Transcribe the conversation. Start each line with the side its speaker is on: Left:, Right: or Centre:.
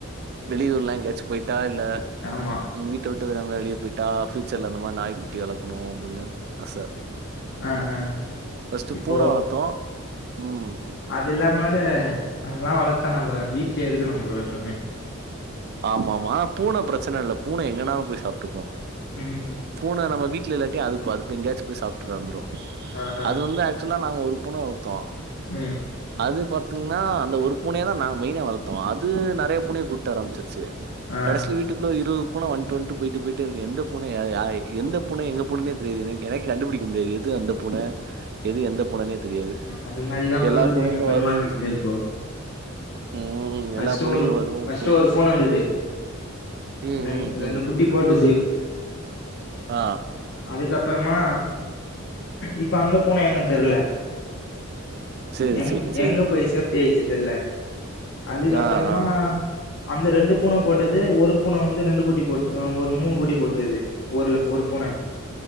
Right: வெளியூர்லா எங்கயாச்சு பொய்ட்டா இல்ல
Left: ஆமா
Right: இங்க வீட்ட விட்டு வேரா எங்னா வெளிய பொய்ட்டா பியூச்சர்ல அந்த மாரி நாய்க் குட்டி வளக்கனு அப்டின்னு ஆச
Left: ஆ ஆ
Right: ஃபஸ்ட்டு
Left: இப்போ
Right: பூன வளத்தோ ம்
Left: அது இல்லாம வேற அதெல்லா வளத்தா நம்ப வீட்லியே இருக்கனு ப்ரோ எப்பய்மே
Right: ஆமா ஆமா பூன பிரச்சன இல்ல பூன எங்கனாலு போய் சாப்ட்டுக்கு
Left: ம் ம்
Right: பூன நம் வீட்ல இல்லாட்டி அதுப்ப அது போய் எங்கேயாச்சு போய் சாப்ட்டு வந்ரு
Left: ஆ ஆ
Right: அது வந்து ஆக்சுவலா நாங்க ஒரு பூன வளத்தோ
Left: ம்
Right: அது பாத்திங்ன்னா அந்த ஒரு பூனைய தா நாங்க மெய்னா வளத்தோ அது நறைய பூனய கூப்ட்டு வர சு
Left: ஆ
Right: கடசில வீட்டுக்குள்ள இருவது பூன வண்டு வண்டு பொய்ட்டு பொய்டு பொய்ட்டே இருக்கு எந்த பூன எ அ எந்த பூன எங்க பூனனே தெரியாது எனக்கு எனக்கே கண்டுபுடிக்க முடியாது எது அந்த பூன எது எந்த புனனே தெரியாது
Left: அது மாரிதா ப்ரோ
Right: எல்லா
Left: இருக்குது
Right: பூனையும்
Left: எங்க பெரிம்மா
Right: வரும்.
Left: வீட்லியு இப்போ
Right: ம்
Left: ஃபஸ்ட்
Right: எல்லா பூனையும் வரும்
Left: ஃபஸ்ட்டு
Right: போ
Left: ஒரு பூன வந்துது
Right: ம்
Left: ரென்
Right: ம்
Left: ரெண்டு
Right: ம்.
Left: குட்டி போட்டுது
Right: ஆ
Left: அதுக்கப்றமா இப்ப அந்த பூன எங்கன் தெர்ல
Right: சரி
Left: எங்
Right: சரி சரி.
Left: எங்க போய் சேஃப்ட்டி ஆய்ச்சு தெர்ல அதுக்கப்றமா
Right: ஆ ஆ
Left: அந்த ரெண்டு பூன போட்டது ஒரு பூன வந்து ரெண்டு குட்டி போட் ஒரு மூணு குட்டி போட்டுது ஒர்ல ஒரு பூன